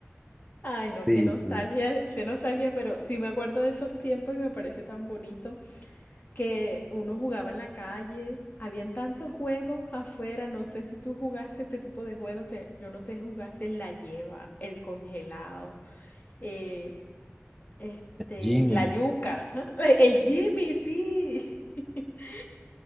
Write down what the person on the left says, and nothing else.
Ay, no,
qué nostalgia,
qué nostalgia, pero sí me acuerdo de esos tiempos y me parece tan bonito que uno jugaba en la calle, habían tantos juegos afuera, no sé si tú jugaste este tipo de juegos, te- yo no sé si jugaste la lleva, el congelado, eh, este,
la yuca, <laughs> el Jimmy, sí. <laughs>